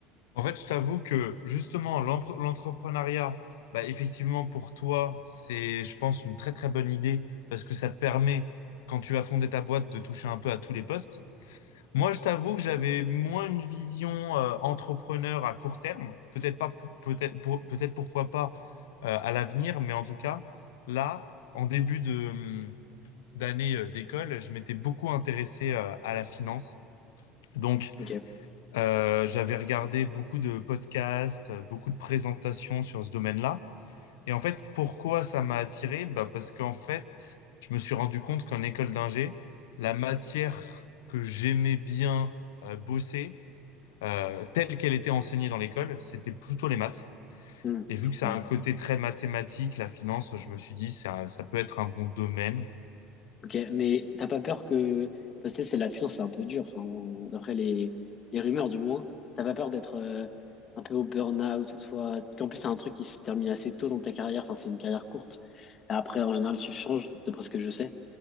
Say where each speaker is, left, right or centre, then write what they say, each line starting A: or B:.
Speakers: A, on the left (about 70°); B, on the left (about 35°).
A: En fait, je t'avoue que justement, l'empre- l'entrepreneuriat, bah, effectivement, pour toi, c'est, je pense, une très très bonne idée parce que ça te permet, quand tu vas fonder ta boîte, de toucher un peu à tous les postes. Moi, je t'avoue que j'avais moins une vision euh, entrepreneur à court terme, peut-être pas, pou- peut-être pour- peut-être pourquoi pas euh, à l'avenir, mais en tout cas, là, en début de, hum, d'année euh, d'école, je m'étais beaucoup intéressé euh, à la finance. Donc,
B: Ok,
A: euh, j'avais regardé beaucoup de podcasts, euh, beaucoup de présentations sur ce domaine-là. Et en fait, pourquoi ça m'a attiré? Bah parce qu'en fait, je me suis rendu compte qu'en école d'ingé, la matière que j'aimais bien euh, bosser, euh, telle qu'elle était enseignée dans l'école, c'était plutôt les maths.
B: Hmm,
A: Et vu
B: je
A: que ça
B: comprends.
A: a un côté très mathématique, la finance, je me suis dit, ça, ça peut être un bon domaine.
B: Ok, mais t'as pas peur que... Parce que tu sais, c'est la finance, c'est un peu dur, enfin, on- d'après les, les rumeurs du moins. T'as pas peur d'être euh, un peu au burn-out ou soit... Qu'en plus, c'est un truc qui se termine assez tôt dans ta carrière, enfin, c'est une carrière courte. Après, en général, tu changes, d'après ce que je sais.